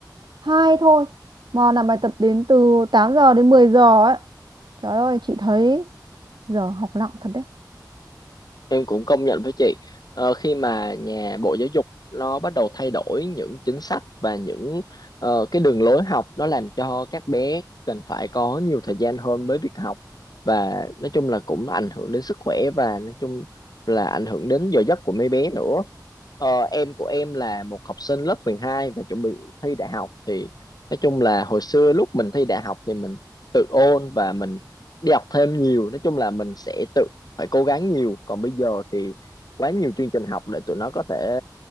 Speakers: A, on the right; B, on the left.
A: hai thôi mà làm bài tập đến từ 8 giờ đến 10 giờ ấy trời ơi chị thấy giờ học nặng thật đấy
B: em cũng công nhận với chị. Ờ, khi mà nhà Bộ Giáo dục nó bắt đầu thay đổi những chính sách và những ờ, cái đường lối học nó làm cho các bé cần phải có nhiều thời gian hơn với việc học và nói chung là cũng ảnh hưởng đến sức khỏe và nói chung là ảnh hưởng đến giờ giấc của mấy bé nữa. Ờ, em của em là một học sinh lớp 12 và chuẩn bị thi đại học thì nói chung là hồi xưa lúc mình thi đại học thì mình tự ôn và mình đi học thêm nhiều nói chung là mình sẽ tự phải cố gắng nhiều còn bây giờ thì quá nhiều chương trình học để tụi nó có thể